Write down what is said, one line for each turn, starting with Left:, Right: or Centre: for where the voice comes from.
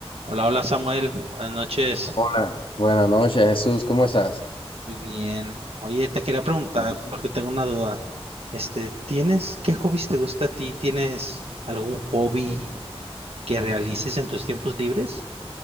Right: Hola, hola Samuel, buenas noches.
Left: Hola, buenas noches, Jesús, ¿cómo estás?
Right: Muy bien. Oye, te quería preguntar
Left: Bueno,
Right: porque tengo una duda. Este, ¿tienes qué hobbies te gusta a ti? ¿Tienes algún hobby que realices en tus tiempos libres?